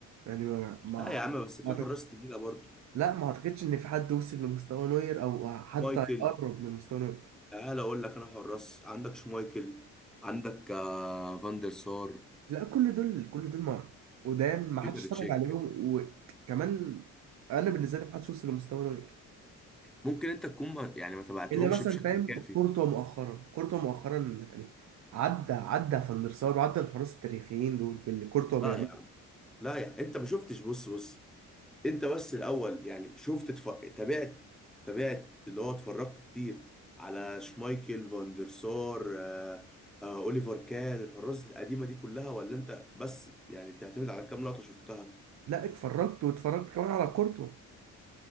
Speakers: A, on the right; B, in the centre.
A: يعني ما ما
B: لا يا عم بس
A: ما
B: في
A: أعتق-
B: حراس تقيله برضه
A: لا ما أعتقدش إن في حد وصل لمستوى نوير أو حتى
B: مايكل
A: يقرب من مستوى نوير
B: تعال اقول لك انا حراس عندك شمايكل عندك آه فاندر سار
A: لا كل دول كل دول ما قدام ما حدش
B: بيتر
A: اتفرج
B: تشيك
A: عليهم وكمان أنا بالنسبة لي ما حدش وصل لمستوى نوير
B: ممكن انت تكون ما يعني ما تبعتهمش
A: الا مثلا
B: بشكل
A: فاهم
B: كافي
A: كورتوا مؤخرا كورتوا مؤخرا يعني عدى عدى فان der سار وعدى الحراس التاريخيين دول باللي كورتوا بيعمله
B: لا يا عم لا يعني انت ما شفتش بص بص انت بس الاول يعني شفت تف... تابعت تابعت اللي هو اتفرجت كتير على شمايكل فان دير سار آه... آه... اوليفر كان الحراس القديمه دي كلها ولا انت بس يعني بتعتمد على كام لقطه شفتها
A: لا اتفرجت واتفرجت كمان على كورتوا